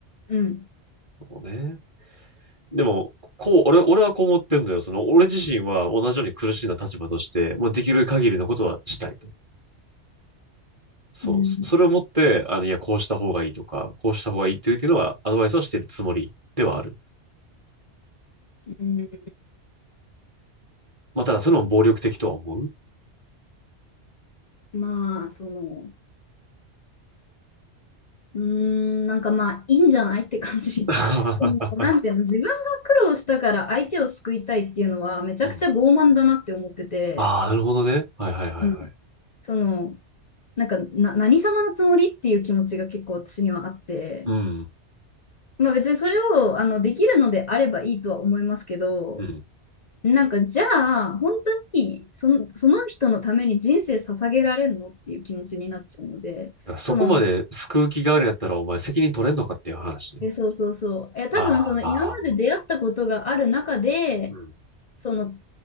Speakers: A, on the left; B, on the right.
A: うん。
B: そうね。でも、こう、俺、俺はこう思ってんのよ。その、俺自身は同じように苦しんだ立場として、もうできる限りのことはしたいと。そう。
A: うん。
B: そそれをもって、あの、いや、こうした方がいいとか、こうした方がいいっていうっていうのは、アドバイスはしてるつもりではある。
A: うん、
B: まあ、ただ、それも暴力的とは思う。
A: まあ、その、うーん、なんかまあ、いいんじゃないって感じ。
B: <laughs>
A: <laughs> その、なんていうの、自分が苦労したから相手を救いたいっていうのは、めちゃくちゃ傲慢だなって思ってて、
B: うん。<laughs> ああ、なるほどね。はいはいはいはい。
A: うん、その、なんかな、何様のつもりっていう気持ちが結構私にはあって、
B: うん。
A: まあ別にそれをあのできるのであればいいとは思いますけど、
B: うん。
A: なんかじゃあ、本当にその、その人のために人生捧げられるのっていう気持ちになっちゃうので、
B: いやそこまで救う気があるんやったら、
A: その、
B: お前責任取れんのかっていう話ね。
A: え、そうそうそう。え、多分その今まで出会ったことがある中で、
B: ああ、うん、
A: その